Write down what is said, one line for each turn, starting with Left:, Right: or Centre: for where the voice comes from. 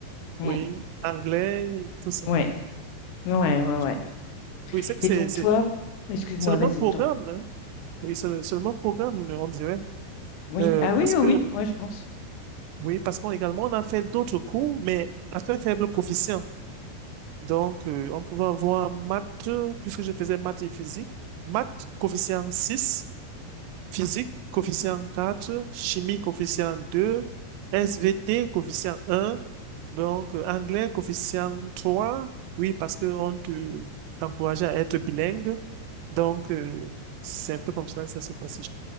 Left: Mm.
Right: oui, anglais, tout ça.
Left: Ouais, ouais,
Right: Ah,
Left: ouais, ouais.
Right: Oui, c'est que
Left: Et
Right: c'est,
Left: donc
Right: c'est,
Left: toi, excuse-moi,
Right: c'est le
Left: vas-y,
Right: même programme,
Left: je t'en prie.
Right: hein. Oui, c'est le c'est le même programme, on dirait.
Left: Oui,
Right: Euh,
Left: ah
Right: parce
Left: oui, oui,
Right: que,
Left: oui, moi je pense.
Right: oui, parce qu'on également, on a fait d'autres cours, mais à très faible coefficient. Donc, euh, on pouvait avoir maths, euh, puisque je faisais maths et physique, maths coefficient six physique coefficient quatre chimie coefficient 2, SVT coefficient un donc euh, anglais coefficient trois oui, parce qu'on t'encourageait à être bilingue. Donc, euh, c'est un peu comme ça que ça se passe.